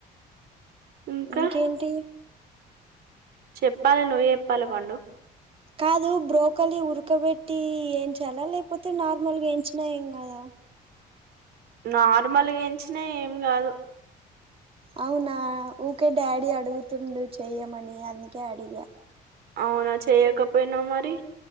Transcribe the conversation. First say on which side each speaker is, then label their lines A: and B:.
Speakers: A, on the right (about 70°); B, on the right (about 35°).
A: ఇంకా
B: ఇంకేంటి
A: చెప్పాలి నువ్వే చెప్పాలి పండు
B: కాదు బ్రోకలి ఉరకబెట్టి వయించాలా లేకపోతే నార్మల్ వయించినా ఏం కదా
A: నార్మల్గా ఎంచినా ఏమి కాదు
B: అవునా ఊకే డాడీ అడుగుతుండు చెయ్యమని అందుకే అడిగా
A: అవునా చేయకపోయినా మరి